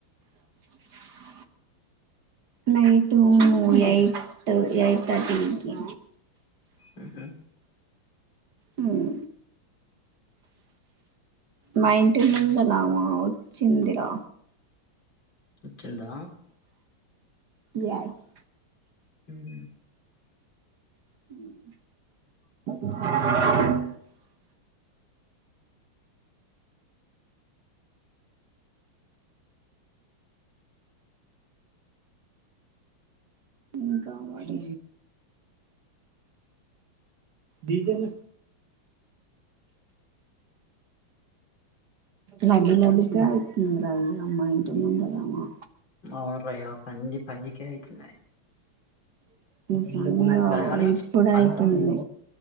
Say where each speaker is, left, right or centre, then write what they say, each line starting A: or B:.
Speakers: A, on the right; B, on the left.
A: <inaudible> నైటూ ఎయిట్ ఎయిట్ తర్టీకి
B: హమ్మ్
A: హమ్ మా ఇంటి ముందలామా వచ్చిందిరా
B: వచ్చిందా
A: యాస్
B: హమ్
A: హమ్ <inaudible> <inaudible> ఇంకా మరి <inaudible> లడ్డు లడ్డుగా ఉంటాది మా ఇంటి ముందర ఆమె
B: మవు రయు పంది పంది కే తింటున్నది
A: <inaudible>
B: గానీ
A: ఇపుడిపోయింది
B: అంత